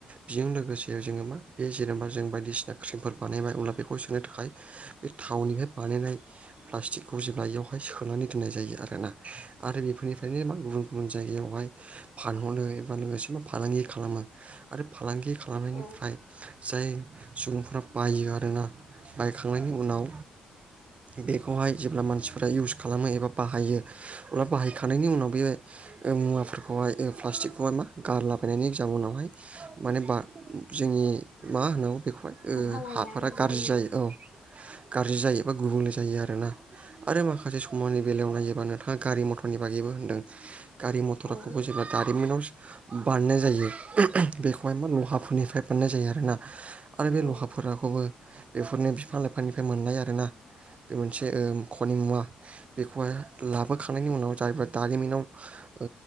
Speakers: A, on the right (about 40°); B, on the left (about 80°).
A: बेजों लोगोसे जोङो मा बे जेनेबा जों बायदिसिना क्रिमफोर बानायबाय अब्ला बेखौ सोनो थाखाय बे थावनिफ्राय बानायनाय प्लास्टिकखौ जेब्ला एयाव सोनानै दोननाय जायो आरोना आरो बेफोरनिफ्रायनो मा गुबुन गुबुन जायगायावहाय फानहरो एबा लोगोसे मा फालांगि खालामो आरो फालांगि खालामनायनिफ्राय
B: औ
A: जाय सुबुंफोरा बायो आरोना बायखांनायनि उनाव बेखौहाय जेब्ला मानसिफ्रा इउस खालामो एबा बाहायो अब्ला बाहायखांनायनि उनाव बे ओ मुवाफोरखौहाय ओ प्लास्टिकखौहाय मा गारलाबायनायनि जाउनावहाय माने बा जोंनि मा होनांगौ बेखौहाय ओ
B: आबहावाया
A: हाफोरा
B: गुबुंले
A: गारजि जायो औ। गारजि जायो एबा गुबुंले जायो आरोना। आरो माखासे समनि बेलायाव नायोबा नोंथांङा गारि मथरनि बागैबो होनदों गारि मथरखौबो
B: औ
A: जेब्ला दारिमिनाव बानायनाय जायो उमह उमह बेखौहायमा ल'हाफोरनिफ्राय बानायनाय जायो आरोना। आरो बे
B: औ
A: ल'हाफोराखौबो बेफोरनो फिफां लाइफांनिफ्राय मोननाय आरोना। बे मोनसे ओ खनि मुवा बेखौहाय लाबोखांनायनि उनाव जायफोर दारिमिनाव ओ